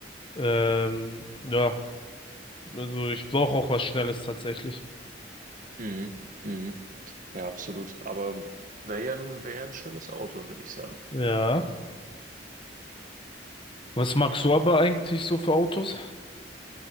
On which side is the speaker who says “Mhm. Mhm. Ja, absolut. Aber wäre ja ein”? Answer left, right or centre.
Right